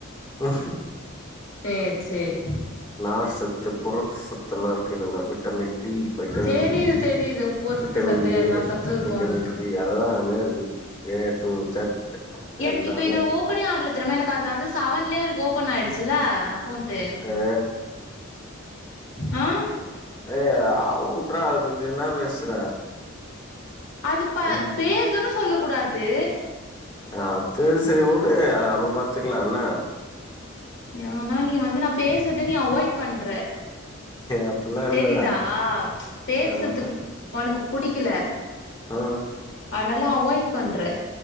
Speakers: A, on the left; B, on the left.
A: ஓ
B: சேர் சேரி
A: நார்சத்து புரசத்தெல்லா இருக்கு இதுல விட்டமின் டி வைட்டமின்
B: தெரியுது
A: இ
B: தெரியுது போட்டுட்டு
A: விட்டமின்
B: சத்து
A: ஏ
B: எல்லா சத்து இருக்கு
A: விட்டமின்
B: உங்களுக்கு
A: பி எல்லாமே இருக்கு ஏ டூ ஜட்
B: எனக்கு
A: எல்லாமே
B: இப்ப இதுல ஓப்பனே ஆகல த்திரமா எனக்கு அதுல வந்து செவன்லே எனக்கு ஓபன் ஆயிடுச்சில்ல அக்கௌண்ட்டு
A: ஏ
B: ஆ
A: ஏ அ வுட்றா அத பத்தி என்னா பேசுற
B: அது ப
A: ம்
B: பேர்தான சொல்ல கூடாது
A: அ செரி செரி உடு அப்புறோ பாத்துக்லா என்ன
B: யானா நீ வந்து நா பேசற்த நீ அவாய்ட் பண்ற
A: அப்டிலா
B: தெரிதா
A: இல்லடா
B: பேசறதுக்கு
A: ஆஹ
B: உனக்கு புடிக்கல
A: ஆ
B: அனால அவாய்ட் பண்ற